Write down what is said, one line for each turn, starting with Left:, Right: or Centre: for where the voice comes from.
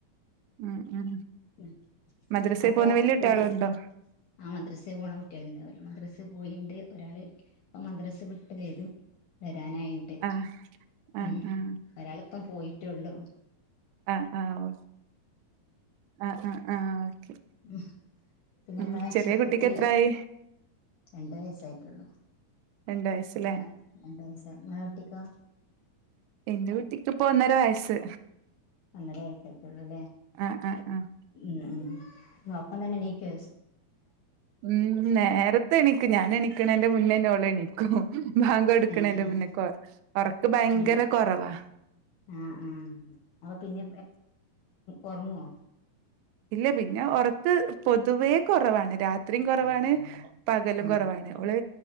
Right: ഉം ഉം
Left: ഉം
Right: മദ്രസയിൽ
Left: അപ്പൊ
Right: പോകുന്ന വലിയ കുട്ടികളുണ്ടോ
Left: പിന്നെ ആ മദ്രസ്സയിൽ പോണ കുട്ടികളുണ്ട് ഓര് മദ്രസയിൽ പോയിണ്ട് ഒരാള് മദ്രസ വിട്ട് വരും വരാനായിണ്ട്
Right: ആഹ് ആഹ്
Left: ഉം
Right: ആഹ്
Left: ഒരാൾ ഇപ്പം പോയിട്ടുള്ളു
Right: ആഹ് ആ ഓ ആ ആ ആഹ് ഓക്കെ
Left: ഉ പിന്നെ നിങ്ങള
Right: ഉം ചെറിയ കുട്ടിക്ക്
Left: കുട്ടി
Right: എത്രായി
Left: രണ്ട വയസായിട്ടുള്ളു
Right: രണ്ട് വയസ്സല്ലേ
Left: നിങ്ങളെ രണ്ട വയസായി നിങ്ങളെ കുട്ടിക്കോ
Right: എന്റെ കുട്ടിക്ക് ഇപ്പൊ ഒന്നര വയസ്സ്
Left: അന്നരേ ആ ആയിട്ടുള്ളൂലേ
Right: ആഹ് ആഹ് ആഹ്
Left: ഉം ഉം അപ്പം തന്നെ എണീക്കോ
Right: ഉം നേരത്തെ എണീക്കും ഞാൻ എണീക്ക ണേന്റെ മുന്നേ എന്നോട് എണീക്കും മാങ്ക് എടുക്കണന്റെ
Left: ഉം ഉം
Right: പിന്നെ ഒറക്കം ഭയങ്കര
Left: ഉം
Right: കൊറവാ
Left: ആഹ് ആഹ് അപ്പൊ പിന്നെ ഉറങ്ങുവോ
Right: ഇല്ല പിന്നെ ഉറക്ക് പൊ പൊതുവേ കുറവാണ് രാത്രി രാത്രിയും കുറവാണ്
Left: ഉറങ്ങാനില്ല
Right: പകലും
Left: ആഹ്
Right: കുറവാണ് ഓള്